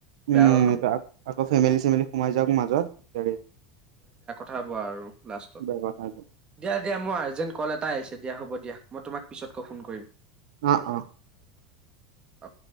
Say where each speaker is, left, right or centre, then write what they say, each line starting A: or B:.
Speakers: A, on the right; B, on the right.
A: উম
B: বেয়া হম
A: আকৌ ফেমেলি চেমেলি সোমাই যাওক মাজত দিগদাৰি।
B: খোৱা বোৱা আৰু লাষ্টত
A: বেয়া কথা হ'ব।
B: দিয়া দিয়া - মোৰ আৰ্জেন্ট কল এটাই আহিছে দিয়া হ'ব দিয়া মই তোমাক পিছতকৈ ফোন কৰিম।
A: অ অ।
B: আ